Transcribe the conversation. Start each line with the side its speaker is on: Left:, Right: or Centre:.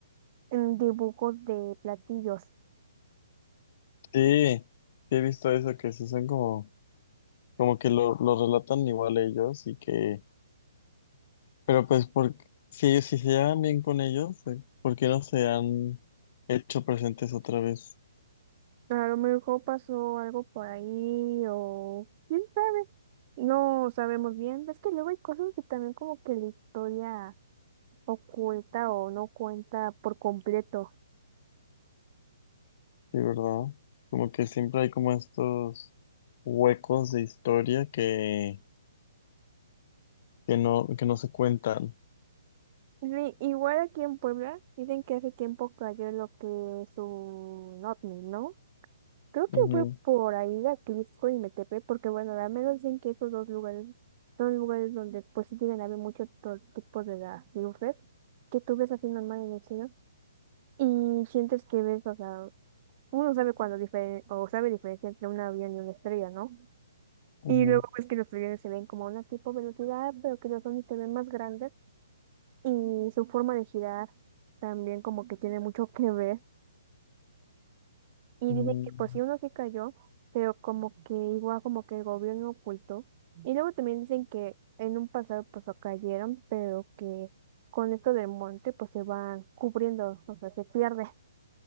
Right: mm, dibujos de platillos.
Left: Sí, sí he visto eso, que sí son como, como que lo, lo relatan igual ellos y que, pero pues por, si, ellos- si se llevan bien con ellos, eh, ¿por qué no se han hecho presentes otra vez?
Right: A lo mejor pasó algo por ahí o quién sabe. No sabemos bien. Es que luego hay cosas que también como que la historia oculta o no cuenta por completo.
Left: Sí, ¿verdad? Como que siempre hay como estos huecos de historia que, que no, que no se cuentan.
Right: Ni- igual aquí en Puebla dicen que hace tiempo cayó lo que es un ovni, ¿no? Creo que
Left: Ujú,
Right: fue por ahí de Atlixco y Metepe, porque bueno, al menos dicen que esos dos lugares son lugares donde pues sí tienen a haber muchos tipos de las luces que tú ves así normal en el cielo. Y sientes que ves, o sea, uno sabe cuando diferen- o sabe diferencia entre un avión y una estrella, ¿no?
Left: ujú,
Right: Y luego ves que los aviones se ven como a una tipo velocidad, pero que los ovnis se ven más grandes y su forma de girar también como que tiene mucho que ver. Y
Left: ujú.
Right: dice que pues sí uno sí cayó, pero como que igual como que el gobierno ocultó. Y luego también dicen que en un pasado pues lo cayeron, pero que con esto del monte pues se van cubriendo, o sea, se pierde.